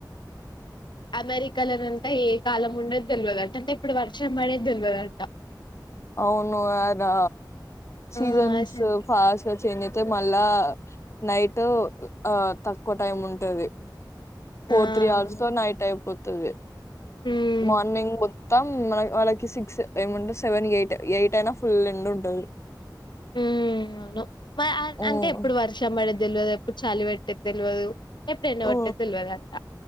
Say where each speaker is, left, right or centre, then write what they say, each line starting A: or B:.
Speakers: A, on the left; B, on the left.
A: అమెరికాలలో అంట ఏ కాలం ఉన్నది తెల్వదంట అంటే ఇప్పుడు వర్షం అనేేది తెల్వదంట
B: అవును అదా సీజన్స్
A: ఆ అసలు
B: ఫాస్ట్ గా చేంజ్ తే మళ్ళా నైటు ఆ తక్కువ టైం ఉంటది ఫోర్
A: ఆ
B: త్రీ అవర్స్
A: అవును
B: లో నైట్ అయిపోద్ది అదే
A: ఉమ్
B: మార్నింగ్ మొత్తం మన మనకి వాళ్ళకి సిక్స్ ఏముంటే సెవెన్ ఎయిట్ ఎయిట్ అయినా ఫుల్ ఎండ ఉంటది
A: ఊ అవును వ ఆ ఆ
B: హ్మ్.
A: అంటే ఇప్పుడు వర్షం పడది తెలవదు ఎప్పుడు చలి పెట్టేది తెలవదు ఎప్పుడు ఎండ
B: ఓ
A: పడతది తెలియదంట